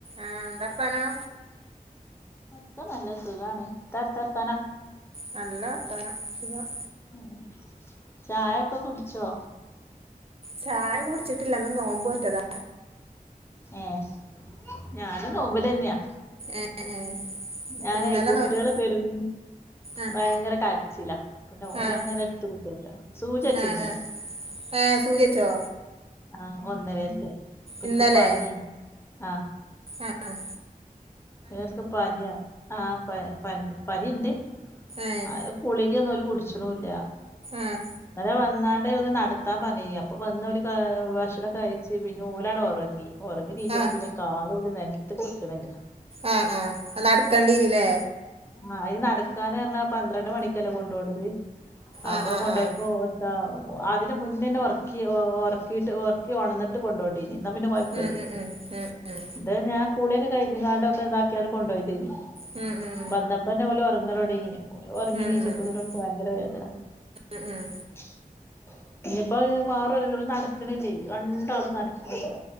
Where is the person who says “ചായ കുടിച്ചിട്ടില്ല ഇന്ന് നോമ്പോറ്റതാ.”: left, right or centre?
Right